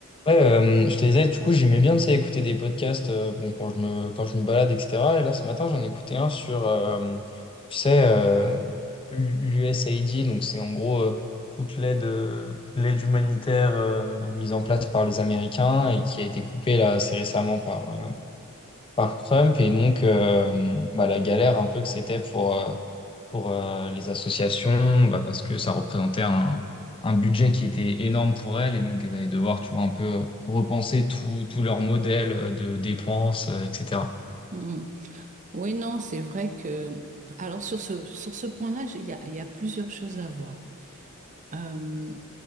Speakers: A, on the left; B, on the right.
A: Ouais, euh, je te disais, du coup, j'aimais bien, tu sais, écouter des podcasts euh, bon, quand je me, quand je me balade, etc. Et là, ce matin, j'en écoutais un sur, euh, tu sais, euh, l'USAID, donc c'est en gros euh, toute l'aide euh, l'aide humanitaire euh, mise en place par les Américains et qui a été coupée là assez récemment par, euh, par Trump. Et donc, euh, bah, la galère un peu que c'était pour, euh, pour euh, les associations, bah, parce que ça représentait un, un budget qui était énorme pour elles, et donc elles allaient devoir, tu vois, un peu repenser tout, tout leur modèle de dépenses, euh, etc.
B: Mm. Oui, non, c'est vrai que... Alors sur ce, sur ce point-là, j'ai- il y a, il y a plusieurs choses à voir. Euh,